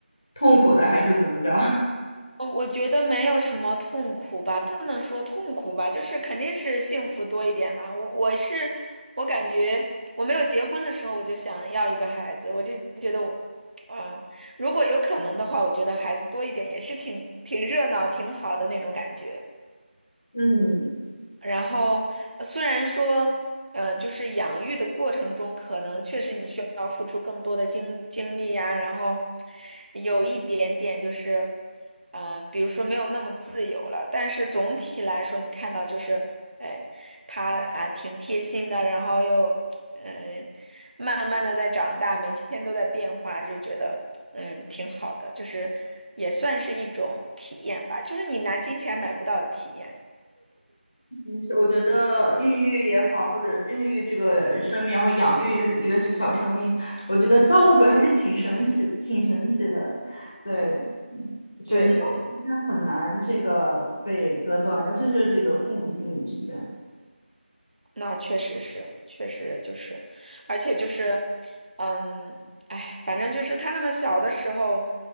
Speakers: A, on the left; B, on the right.
A: 痛苦的，还是怎么着？<laughs>
B: 我我觉得没有什么痛苦吧，不能说痛苦吧，就是肯定是幸福多一点嘛。我我是我感觉我没有结婚的时候我就想要一个孩子，我就觉得我，嗯，如果有可能的话，我觉得孩子多一点也是挺挺热闹、挺好的那种感觉。
A: 嗯，
B: 然后呃虽然说，呃，就是养育的过程中，可能确实你需要付出更多的精精力呀，然后有一点点就是，呃，比如说没有那么自由了，但是总体来说，你看到就是，哎，他啊挺贴心的，然后又嗯、慢慢的在长大，每天都在变化，就觉得嗯挺好的，就是也算是一种体验吧，就是你拿金钱买不到的体验。
A: 嗯我觉得孕育也好，或者孕育这个生命，然后养育一个一个小生命，我觉得造物主还是挺神奇、挺神奇的。对，所以它是很难这个被割断，
B: 对对，
A: 尤其是这个父母子女之间。
B: 那确实是，确实就是，而且就是，嗯，哎，反正就是他那么小的时候，